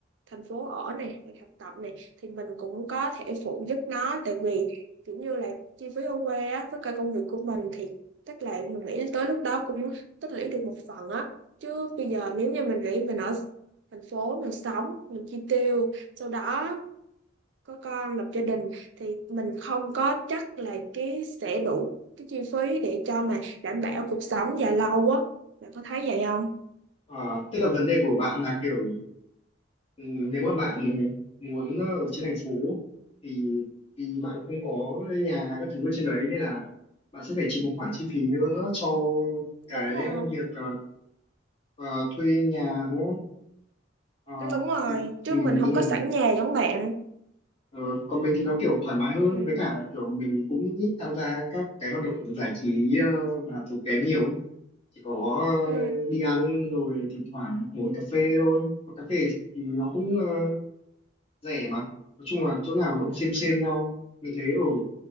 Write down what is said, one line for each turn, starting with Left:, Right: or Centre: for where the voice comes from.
Right: thành phố ở này hoặc học tập này thì mình cũng có thể phụ giúp nó tại vì kiểu như là chi phí ở quê á, với cả công việc của mình thì tức là mình nghĩ tới lúc đó cũng tích lũy được một phần á chứ bây giờ nếu như mình nghĩ mình ở thành phố mình sống mình chi tiêu sau đó có con lập gia đình thì mình không có chắc là cái sẽ đủ cái chi phí để cho mà đảm bảo cuộc sống dài lâu á bạn có thấy vậy không
Left: Ờ, tức là vấn đề của bạn là kiểu ừ, nếu mà bạn muốn ở trên thành phố thì vì bạn không có nhà các thứ ở trên đấy nên là bạn sẽ phải chịu một khoản chi phí nữa cho cái
Right: đúng rồi
Left: ờ, việc ờ, ờ, thuê nhà đúng không? Ờ,
Right: đúng rồi
Left: thì,
Right: chứ
Left: ừ,
Right: mình không
Left: đúng
Right: có
Left: rồi
Right: sẵn nhà giống bạn
Left: Ờ, còn mình thì nó kiểu thoải mái hơn
Right: ừ
Left: với cả kiểu mình cũng ít tham gia các cái hoạt động giải trí ờ, mà tốn kém nhiều ấy chỉ có ờ,
Right: Ừ,
Left: đi ăn rồi thỉnh thoảng ngồi cà phê thôi Mà cà phê thì nó cũng ờ, rẻ mà nói chung là chỗ nào nó cũng xem xem nhau mình thấy ở